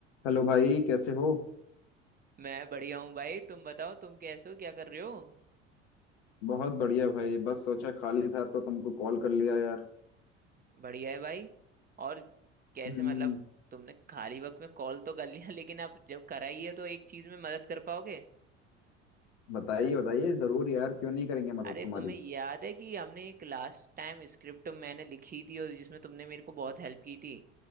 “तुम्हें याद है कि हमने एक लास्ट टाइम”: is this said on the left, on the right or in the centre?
Right